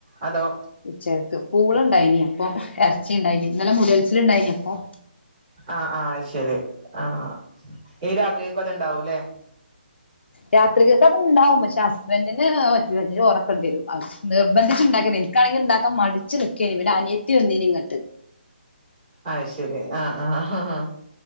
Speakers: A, on the right; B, on the left.
A: അതോ?
B: ഉച്ചകക്ക് പൂളണ്ടായിനി അപ്പൊ എറച്ചിണ്ടായീനി ഇന്നലെ മുടിയൽച്ചില്ണ്ടായീനിയപ്പം
A: ആഹ് ആഹ അഹ്ശെരി ആഹാ ഇനി രാത്രിയേക്കും അത്ണ്ടാവുല്ലേ?
B: രാത്രികക്കത്ണ്ടാവും പക്ഷെ ഹസ്ബന്റിന് അഹ് പറ്റൂല അയ്നി ചോറക്കെണ്ടിയെരും നിർബന്ധിച്ച്ണ്ടാക്കിയെന്നേനി ഇൻകാണെങ്കി ഇണ്ടാക്ക മടിച്ച് നിക്കേനി പിന്നെ അനിയത്തി വന്നീനിങ്ങെട്ട്
A: അഹ്ശെരി ആഹ ആഹ്